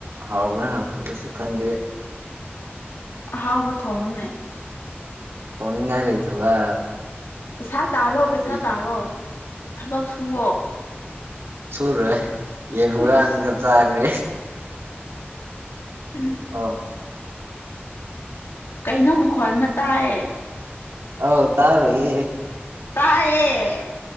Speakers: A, on the right; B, on the left.
A: ꯍꯥꯎꯕ꯭ꯔꯥ ꯍꯥꯎꯇꯕ꯭ꯔꯁꯨ ꯈꯟꯗꯦ
B: ꯍꯥꯎꯕ ꯊꯣꯉꯣꯅꯦ
A: ꯁꯣꯅꯤꯡ ꯀ ꯂꯩꯇꯕ
B: ꯄꯩꯁꯥ ꯇꯥꯜꯂꯣ ꯄꯩꯁꯥ
A: ꯌꯦ-
B: ꯇꯥꯜꯂꯣ ꯊꯕꯛ ꯁꯨꯋꯣ
A: ꯆꯨꯨꯔꯦ ꯌꯦꯟ ꯍꯨꯨꯔ
B: ꯏꯁ
A: ꯑꯟꯒꯆꯥ ꯍꯥꯏꯒ꯭ꯔꯤ
B: ꯎꯝ
A: ꯑ
B: ꯀꯩꯅꯣ ꯃꯈꯣꯜ ꯑꯃ ꯇꯥꯏꯌꯦ
A: ꯑꯧ ꯇꯔꯨ ꯏ
B: ꯇꯥꯏꯌꯦ